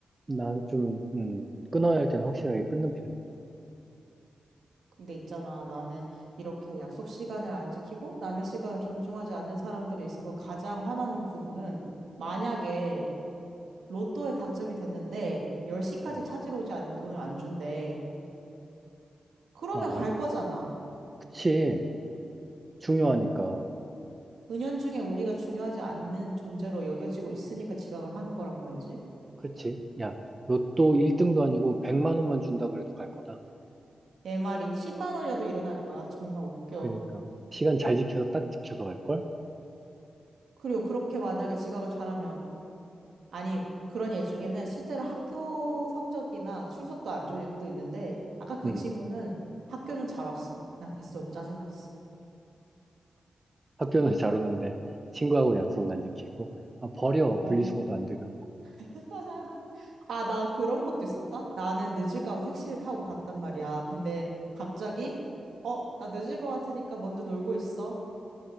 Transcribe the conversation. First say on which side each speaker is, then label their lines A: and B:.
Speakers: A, on the right; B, on the right.
A: 난 좀, 음, 끊어야 할 때는 확실하게 끊는 편이야.
B: 근데 있잖아. 나는 이렇게 약속 시간을 안 지키고 남의 시간을 존중하지 않는 사람들이 있어서 가장 화나는 부분은 만약에 로또에 당첨이 됐는데 10시까지
A: 음.
B: 찾으러 오지 않으면 돈을 안 준대. 그러면
A: 어,
B: 갈 거잖아.
A: 그치. 중요하니까.
B: 은연중에 우리가 중요하지 않는 존재로 여겨지고 있으니까 지각을 하는 거란 말이지.
A: 그치. 야, 로또 1등도 아니고 100만 원만 준다 그래도 갈 거다.
B: 내 말이 10만 원이라도 일어날 거야. 정말 웃겨.
A: 그러니까. 시간 잘 지켜서 딱 지켜서 갈걸?
B: 그리고 그렇게 만약에 지각을 잘하면 아니, 그런 애 중에는 실제로 학교 성적이나 출석도 안 좋은 애도 있는데, 아까 그
A: 음,
B: 친구는 학교는 잘 왔어. 난 그래서 너무 짜증났어.
A: 학교는 <laughs> 잘 오는데 친구하고 약속은 안 지키고. 아, 버려.
B: 어.
A: 분리수거도 안 돼, 그런 거.
B: <laughs> 아, 나 그런 것도 있었다? 나는 늦을까 봐 택시를 타고 갔단 말이야. 근데 갑자기, 어, 나 늦을 것 같으니까 먼저 놀고 있어.